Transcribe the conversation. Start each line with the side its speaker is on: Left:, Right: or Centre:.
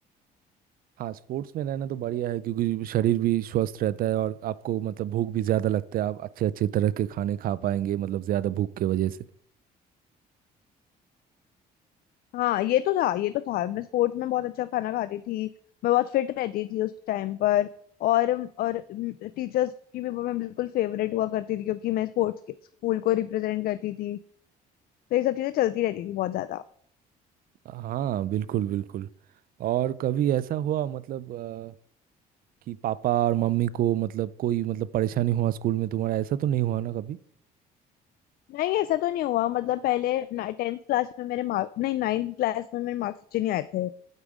Right: हाँ स्पोर्ट्स में रहना तो बढ़िया है क्योंकि शरीर भी स्वस्थ रहता है और आपको मतलब भूख भी ज़्यादा लगता है आप अच्छे अच्छे तरह के खाने खा पाएंगे मतलब ज़्यादा भूख के वजह से
Left: हाँ ये तो था ये तो था मैं स्पोर्ट्स में बहुत अच्छा खाना खाती थी मैं बहुत फिट रहती थी उस टाइम पर और और टीचर्स की भी मैं बिल्कुल फेवरेट हुआ करती थी क्योंकि मैं स्पोर्ट्स के स्कूल को रिप्रेजेंट करती थी तो ये सब चीजें चलती रहती थी बहुत ज्यादा
Right: हाँ बिल्कुल बिल्कुल और कभी ऐसा हुआ मतलब अ, कि पापा और मम्मी को मतलब कोई मतलब परेशानी हुआ स्कूल में तुम्हारा ऐसा तो नहीं हुआ ना कभी
Left: नहीं ऐसा तो नहीं हुआ मतलब पहले टेंथ क्लास में मेरे मार्क्स नहीं नाइन्थ क्लास में मेरे मार्क्स अच्छे नहीं आए थे